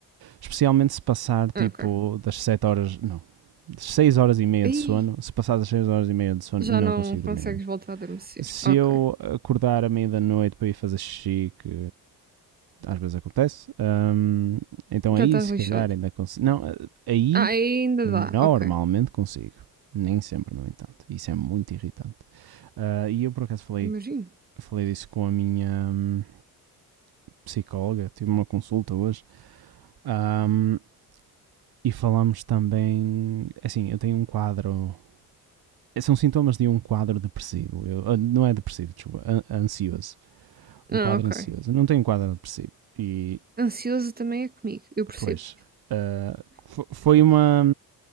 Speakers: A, on the right; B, on the right.
A: Especialmente se passar tipo
B: Ah, ok.
A: das 7 horas, não, das 6 horas e meia
B: Aí
A: de sono. Se passar das 6 horas e meia de sono,
B: já
A: não
B: não
A: consigo
B: consegues
A: dormir mais.
B: voltar a adormecer.
A: Se
B: Ok.
A: eu acordar à meia da noite para ir fazer xixi, que às vezes acontece, hum, então aí
B: Já estás
A: se calhar
B: lixado.
A: ainda consigo. Não, aí
B: Ah, aí ainda
A: normalmente
B: dá, ok.
A: consigo. Nem sempre, no entanto. Isso é muito irritante. Ah, e eu por acaso falei,
B: Imagino.
A: falei disso com a minha hum, psicóloga, tive uma consulta hoje. Ahm, E falamos também. Assim, eu tenho um quadro. São sintomas de um quadro depressivo. Eu, ah, não é depressivo, desculpa. Ansioso.
B: Ah,
A: Um quadro
B: ok.
A: ansioso. Eu não tenho um quadro depressivo. E,
B: Ansioso também é comigo, eu percebo.
A: pois. ah, foi uma.